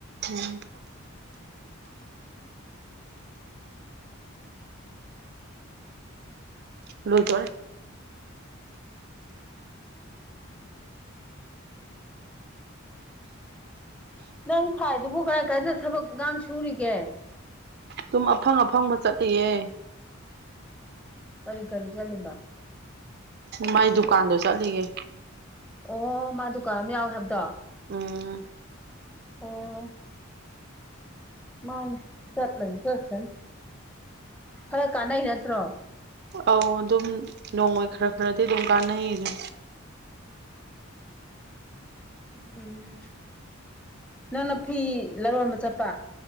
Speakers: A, on the right; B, in the centre.
A: ꯎꯝ
B: <inaudible>
A: ꯂꯣꯏ ꯇꯧꯔꯦ
B: ꯅꯪ ꯐꯥꯏꯗꯨꯕꯨ ꯀꯥꯔꯏ ꯀꯥꯔꯏꯗ ꯊꯕꯛ ꯏꯒꯥꯡ ꯁꯨꯔꯤꯒꯦ
A: ꯗꯨꯝ ꯑꯐꯪ ꯑꯐꯪꯕ ꯆꯠꯂꯤꯌꯦ
B: ꯀꯔꯤ ꯀꯔꯤ ꯆꯠꯂꯤꯕ
A: ꯃꯥꯏ ꯗꯨꯀꯥꯟꯗꯣ ꯆꯠꯂꯤꯌꯦ
B: ꯑꯣ ꯃꯥ ꯗꯨꯀꯥꯟ ꯑꯃ ꯌꯥꯎꯋꯦ ꯍꯥꯏꯕꯗꯣ
A: ꯎꯝ
B: ꯑꯣ ꯃꯥꯅꯦ ꯆꯠꯂꯗꯤ ꯆꯠꯁꯅꯤ ꯈꯔ ꯀꯥꯟꯅꯩ ꯅꯠꯇ꯭ꯔꯣ
A: ꯑꯧ ꯑꯗꯨꯝ ꯅꯣꯡꯃꯩ ꯈꯔ ꯈꯔꯗꯤ ꯑꯗꯨꯝ ꯀꯥꯟꯅꯩꯌꯦꯗꯨꯅꯤ
B: ꯎꯝ ꯅꯪꯅ ꯐꯤ ꯂꯂꯣꯟꯕ ꯆꯠꯄ